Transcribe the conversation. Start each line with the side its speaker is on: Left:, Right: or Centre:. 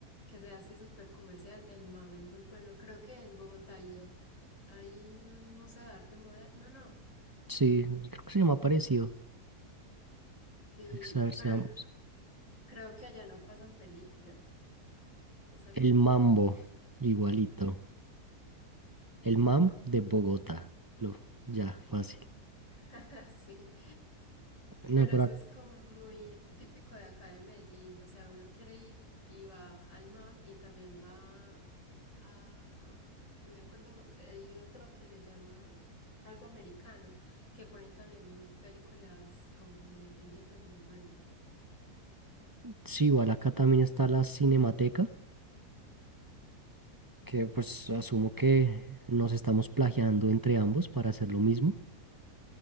Left: que sea así súper comercial, el MAM es muy bueno. Creo que en Bogotá hay, hay un museo de arte moderno, ¿no?
Right: Sí, creo que se llama parecido.
Left: Sí,
Right: A ver, seamos.
Left: pero creo que allá no pasan películas. Es algo
Right: El
Left: como
Right: Mambo,
Left: muy de acá.
Right: igualito. El Mam de Bogotá. Lo, ya, fácil.
Left: <laughs> Sí.
Right: No,
Left: Pero
Right: pero
Left: eso
Right: ac-
Left: es como muy típico de acá de Medellín. O sea, uno quiere ir y va al MAM y también va a, no me acuerdo, hay otro que se llama algo americano, que ponen también películas como independientes muy buenas.
Right: sí, igual acá también está la Cinemateca, que pues asumo que nos estamos plagiando entre ambos para hacer lo mismo.